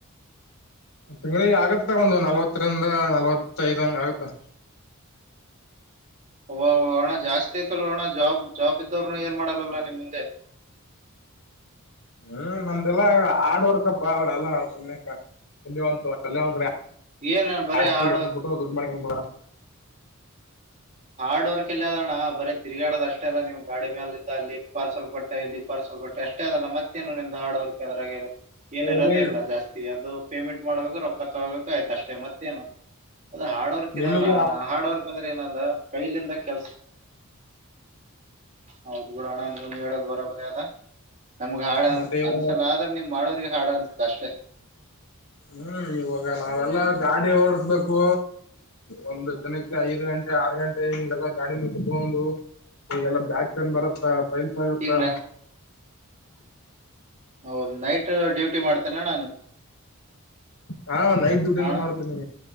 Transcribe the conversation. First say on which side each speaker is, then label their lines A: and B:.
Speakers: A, on the left; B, on the right.
A: ತಿಂಗಳಿಗು ಆಗತ್ತ ಒಂದು ನಲ್ವತ್ತರಿಂದ ನಲ್ವತ್ತಐದ್ ಹಂಗ ಆಗತ್ತ
B: ಅಬಾಬಾ ಹಣ ಜಾಸ್ತಿ ಐತಲ್ಲ ಹಣ ಜಾಬ್ ಜಾಬ್ ಇದ್ದವರುನು ಏನ್ ಮಾಡಲ್ಲಲ್ಲ ನಿಮ ಮುಂದೆ <unintelligible>
A: ಹ್ಮ್ ನಮ್ದಲ್ಲ ಹಾರ್ಡ್ ವರ್ಕ್ ಅವರೆಲ್ಲ ಸುಮ್ನೆಕ್ಕ ಎಲ್ಲಿ ಒಂತ ಲ್ಲಿ
B: ಏನ್ ಬರೀ ಹಾಡು
A: ಕುಬಿಟ್ಟು ದುಡ್ಡು ಮಾಡಕಬಿಡದು
B: ಹಾರ್ಡ್ ವರ್ಕ್ ಎಲ್ಲ ಅದಣ್ಣ ಬರೇ ತಿರುಗಾಡದಷ್ಟೇ ಅಷ್ಟೆ ಅಲ್ಲ ನೀವು ಗಾಡಿ ಮೇಲೆ ಅಲ್ಲಿ ಪಾರ್ಸಲ್ ಕೊಟ್ಟೆ ಇಲ್ಲಿ ಪಾರ್ಸಲ್ ಕೊಟ್ಟ ಅಷ್ಟೇ ಅದಲ್ಲ ಮತ್ತೇನು ನಿಮ್ ಹಾರ್ಡ್ ವರ್ಕ್ ಅದ್ರ ಏನಿರೋದೆೇ
A: ಅಲ್ಲಿ
B: ಇಲ್ಲ ಜಾಸ್ತಿ ಅದು ಪೇಮೆಂಟ್ ಮಾಡ್ಬೇಕು ರೊಕ್ಕ ತಗೋಬೇಕು ಆಯ್ತಷ್ಟೇ ಮತ್ತೇನು ಅದ ಹಾರ್ಡ್ ವರ್ಕ್ ಇರಲ್ಲ
A: ನಿಮಗೆ
B: ಹಾರ್ಡ್ ವರ್ಕ್ ಅಂದ್ರೆ ಏನಲ್ಲ ಕೈಲಿಂದ ಕೆಲ್ಸ ಹೌದ ಬಿಡು ಅಣ ನೀನು ಹೇಳದ ಬರಬರಿ ಅದ ನಮ್ಗ್ ಹಾಡನ್
A: ಮತ್ತೆ ಇವಾಗ
B: ಅನ್ಸಲಾದ್ರ ನೀಮ್ ಮಾಡೋರಿಗೆ ಹಾಡು ಅನ್ಸತ ಅಷ್ಟೆ
A: ಹ್ಮ್ ಇವಾಗ ನಾವೆಲ್ಲಾ ಗಾಡಿ ಓಡಸ್ಬೇಕು ಒಂದು ದಿನಕ್ಕೆ ಐದು ಗಂಟೆ ಆರ್ ಗಂಟೆ ಹಿಂಗೆಲ್ಲಾ ಗಾಡಿ ಮೇಲೆ ಕುತ್ಕೊಂಡು ಈಲ್ಲಾ ಬ್ಯಾಕ್ ಪೇನ್ ಬರತ್ತ ಪೈಲ್ಸ ಆಗುತ್ತಾ
B: ಈಗ ನಾ ಹೌದ ನೈಟ್ ಡ್ಯೂಟಿ ಮಾಡ್ತೇನೆ ನಾನು
A: ಹಾ ನೈಟ್ ಡ್ಯೂಟಿನ
B: ಅಣ್ಣ
A: ಮಾಡ್ತೇನಿ